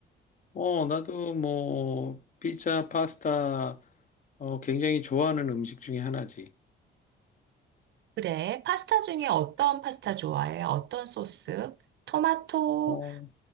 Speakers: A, on the left; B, on the right.
A: 어, 나도 뭐, 피자, 파스타, 어, 굉장히 좋아하는 음식 중에 하나지.
B: 그래. 파스타 중에 어떤 파스타 좋아해? 어떤 소스? 토마토,
A: 어,